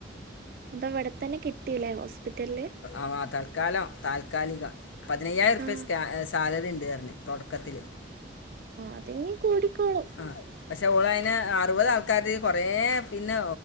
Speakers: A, on the right; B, on the left.
A: അപ്പൊ ഇവിടെത്തന്നെ കിട്ടില്ലേ ഹോസ്പിറ്റൽല്
B: ആഹ്. തൽക്കാലം താൽക്കാലികം പതിനയ്യായിരം
A: ആ
B: റോപ്യ സാലറി ഉണ്ട് പറഞ്ഞു തൊട്ക്കത്തില്
A: അതെങ്ങി കൂടിക്കോളൂ.
B: ആഹ് പക്ഷേ ഓൾ അയിന് അറുപത് ആൾക്കാർത് കുറേ പിന്നെ